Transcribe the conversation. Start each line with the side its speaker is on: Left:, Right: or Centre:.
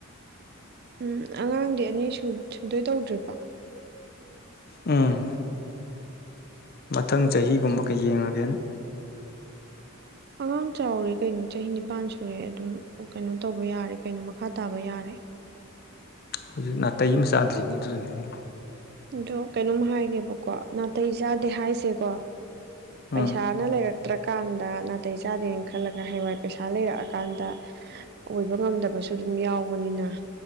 Right: ꯎꯝ ꯑꯉꯥꯡꯗꯤ ꯑꯅꯤ ꯁꯨ ꯁꯨꯗꯣꯏ ꯇꯧꯗ꯭ꯔꯤꯕꯣ
Left: ꯎꯝ ꯃꯊꯪ ꯆꯍꯤꯒꯨꯝꯕꯀ ꯌꯦꯡꯉꯒꯦꯅ
Right: ꯑꯉꯥꯡ ꯆꯥꯎꯔꯦ ꯀꯩꯅꯣ ꯆꯍꯤ ꯅꯤꯄꯥꯟ ꯁꯨꯔꯦ ꯑꯗꯨꯝ ꯀꯩꯅꯣ ꯇꯧꯕ ꯌꯥꯔꯦ ꯀꯩꯅꯣ ꯃꯈꯥ ꯇꯥꯕ ꯌꯥꯔꯦ
Left: ꯍꯨꯖꯤꯛ ꯅꯥꯇꯩ ꯑꯃ ꯆꯥꯗ꯭ꯔꯤꯅꯦ ꯑꯗꯨꯗꯅꯤꯅꯦ
Right: ꯑꯗꯣ ꯀꯩꯅꯣꯝ ꯍꯥꯏꯒꯦꯕꯀꯣ ꯅꯥꯇꯩ ꯆꯥꯗꯦ ꯍꯥꯏꯁꯦꯀꯣ
Left: ꯎꯝ
Right: ꯄꯩꯁꯥꯅ ꯂꯩꯔꯛꯇ꯭ꯔꯛ ꯀꯥꯟꯗ ꯅꯥꯇꯩ ꯆꯥꯗꯦꯅ ꯈꯜꯂꯒ ꯍꯌꯦꯡꯋꯥꯏ ꯄꯩꯁꯥ ꯂꯩꯔꯛꯑꯀꯥꯟꯗ ꯑꯣꯏꯕ ꯉꯝꯗꯕꯁꯨ ꯑꯗꯨꯝ ꯌꯥꯎꯕꯅꯤꯅ